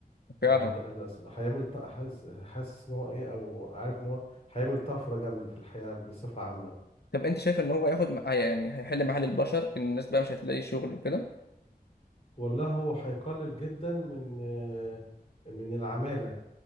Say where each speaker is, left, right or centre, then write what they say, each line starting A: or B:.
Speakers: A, on the left; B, on the left.
A: فعلا
B: يعني ده أنا س- هيعمل ط- حاسس حاسس ان هو ايه او عارف ان هو هيعمل طفرة جامدة في الحياة بصفة عامة
A: طب انت شايف ان هو هياخد م- يعني هيحل محل البشر الناس بقى مش هتلاقي شغل وكده؟
B: والله هو هيقلل جدا من آه، من العمالة